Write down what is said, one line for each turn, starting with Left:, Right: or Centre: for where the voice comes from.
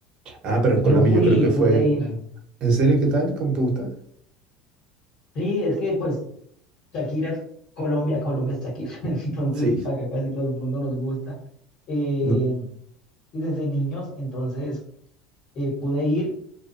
Right: Ah, pero en
Left: Yo
Right: Colombia
Left: fui,
Right: yo creo que fue.
Left: pude ir.
Right: ¿En serio qué tal? ¿Cómo te gusta?
Left: Sí, es que pues Shakira es Colombia, Colombia es Shakira. <laughs> Entonces
Right: Sí.
Left: acá casi todo el mundo nos gusta. Eh,
Right: No,
Left: y desde niños, entonces eh, pude ir.